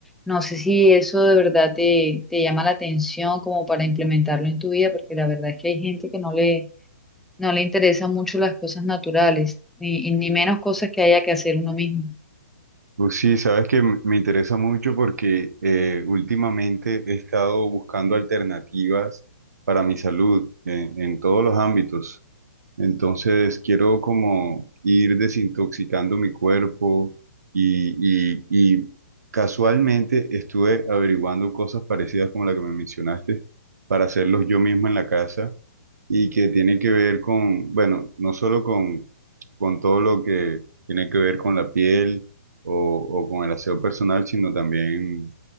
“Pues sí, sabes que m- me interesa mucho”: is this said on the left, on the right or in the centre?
Right